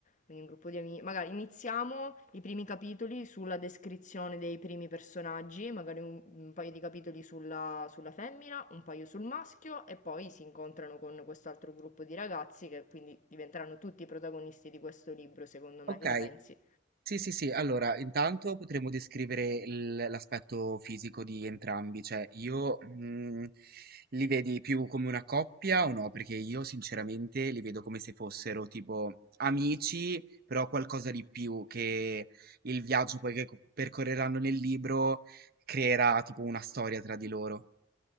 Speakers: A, on the left; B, on the right.
A: Quindi un gruppo di amici. Magari iniziamo i primi capitoli sulla descrizione dei primi personaggi, magari un, un paio di capitoli sulla, sulla femmina, un paio sul maschio e poi si incontrano con quest'altro gruppo di ragazzi che quindi diventeranno tutti i protagonisti di questo libro, secondo me,
B: Ok,
A: che ne pensi?
B: Sì, sì, sì. Allora, intanto potremmo descrivere il- l'aspetto fisico di entrambi, cioè io mm, li vedi più come una coppia o no? Perché io sinceramente li vedo come se fossero tipo amici, però qualcosa di più che il viaggio poi che co- percorreranno nel libro creerà tipo una storia tra di loro.